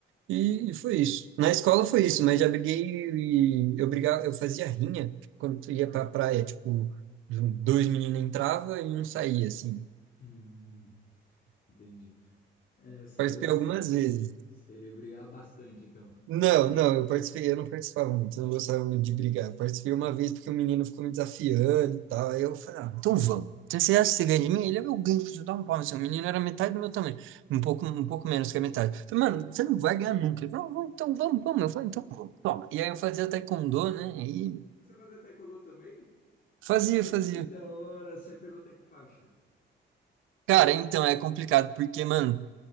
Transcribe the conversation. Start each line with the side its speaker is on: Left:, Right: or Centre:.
Right: E, e foi isso. Na escola foi isso, mas já briguei e eu brigava, eu fazia rinha quando ia para a praia, tipo, dois meninos entravam e um saía, assim.
Left: Hum, entendi. É, você,
Right: Participei algumas vezes.
Left: você brigava bastante, então.
Right: Não, não, eu participei, eu não participava muito, eu não gostava muito de brigar. Eu participei
Left: hum.
Right: uma vez porque o menino ficou me desafiando e tal. Aí eu falei, ah, então vamos. Então, você acha que você ganha de mim? Ele, é meu ganho, você dá um pau no seu menino, era metade do meu tamanho, um pouco, um pouco menos que a metade. Eu falei, mano, você não vai ganhar nunca. Ele falou, "Não, então vamos, vamos. Eu falei, então vamos, toma. E aí eu fazia taekwondo, né? E
Left: Você fazia taekwondo também?
Right: fazia,
Left: Oh,
Right: fazia.
Left: que da hora! Você pegou até que faixa?
Right: Cara, então é complicado, porque, mano,